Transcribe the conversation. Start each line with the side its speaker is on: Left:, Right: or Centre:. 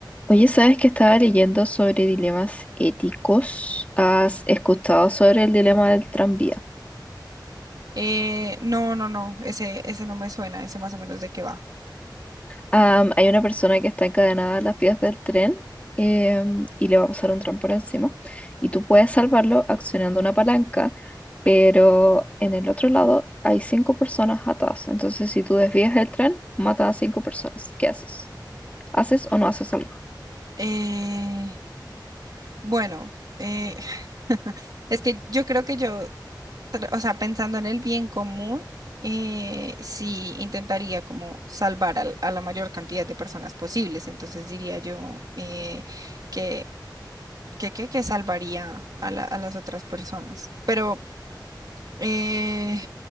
Left: Oye, ¿sabes que estaba leyendo sobre dilemas éticos? ¿Has escuchado sobre el dilema del tranvía?
Right: Eh, no, no, no, ese, ese no me suena, ese más o menos de qué va.
Left: Am, hay una persona que está encadenada a las vías del tren em, y le va a pasar un tren por encima. Y tú puedes salvarlo accionando una palanca, pero en el otro lado hay cinco personas atadas. Entonces, si tú desvías el tren, mata a cinco personas. ¿Qué haces? ¿Haces o no haces algo?
Right: Eh, bueno, eh, <sighs> es que yo creo que yo, tra- o sea, pensando en el bien común, eh, sí intentaría como salvar al- a, la mayor cantidad de personas posibles. Entonces diría yo eh, que, que, que, que salvaría a la- a las otras personas. Pero Eh,